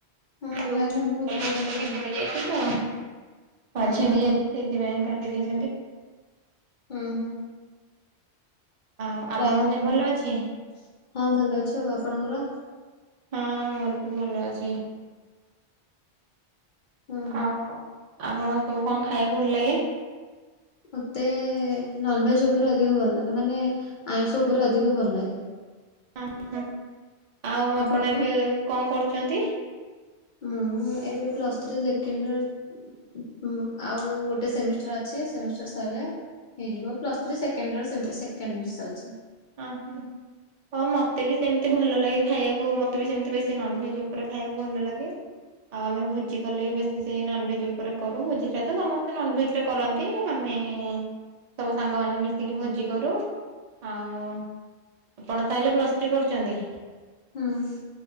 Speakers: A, on the left; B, on the right.
A: ହଁ
B: ଯିଓ
A: ଲାଇନ ର ବହୁତ
B: ତମର
A: ପ୍ରୋବ୍ଲେମ
B: ଟିକେ
A: ହଉଛି
B: ପଡି ଯାଇଛି ତ ତା
A: ହଁ
B: ଛିଣ୍ଡିଯାଇଛି ସେଇଥିପାଇଁ କାଟିଦେଇଛ
A: ହୁଁ ହୁଁ।
B: ଆଉ ଆପଣଙ୍କ
A: ଲାଇନ୍ ଆଇଲା।
B: ଦେହ ଭଲ ଅଛି?
A: ହଁ ଭଲ ଅଛି ଆଉ ଆପଣଙ୍କର?
B: ହଁ ମୋର ବି ଭଲ ଅଛି।
A: ହୁଁ ହୁଁ।
B: ଆଉ ଆପଣ ସବୁ କଣ ଖାଇବାକୁ ଭଲ ଲାଗେ?
A: ମତେ ନନ୍ଭେଜ୍ ଯୋ ଉପରେ ଅଧିକ ଭଲ। ମାନେ ଆଇଁଷ ଉପରେ ଅଧିକ ଭଲ ଲାଗେ।
B: ଅହଁ ଆଉ
A: ଆପଣଙ୍କୁ?
B: ଆପଣ ଏବେ କଣ କରୁଛନ୍ତି?
A: ମୁଁ ଏବେ ପ୍ଲସ ଥ୍ରି ସେକେଣ୍ଡ ଇଅର ଉ ହ ଆଉ ଗୋଟେ ସେମିସ ଷ୍ଟ୍ରା ଅଛି। ସେମିଷ୍ଟାର ସରିଲେ ହେଇଯିବ। ପ୍ଲସ ଥ୍ରି ସେକେଣ୍ଡ ଇୟର ସେମି ସେକେଣ୍ଡ ଇୟର ଚାଲିଛି।
B: ଆଁ ହଁ। ହଁ ମତେ ବି ସେମିତି ଭଲ ଲାଗେ ଖାଇବାକୁ ମତେ ବି ସେମିତି ବେଶୀ ନନଭେଜ ଉପରେ ଖାଇବାକୁ ଭଲ ଲାଗେ। ଆଉ ଆମେ ଭୋଜି କଲେ ବି ବେଶୀ ସେଇ ନନଭେଜ ଉପରେ କରୁ ଭୋଜି ଟା ତ ସମସ୍ତେ ନନଭେଜ ରେ କରନ୍ତି ଆମେ ଏଁ ସବୁ ସାଙ୍ଗ ମାନ ମିଶିକି ଭୋଜି କରୁ। ଆଉ ଆପଣ ତାହେଲେ ପ୍ଲସ ଥ୍ରି କରୁଛନ୍ତି?
A: ହୁଁ।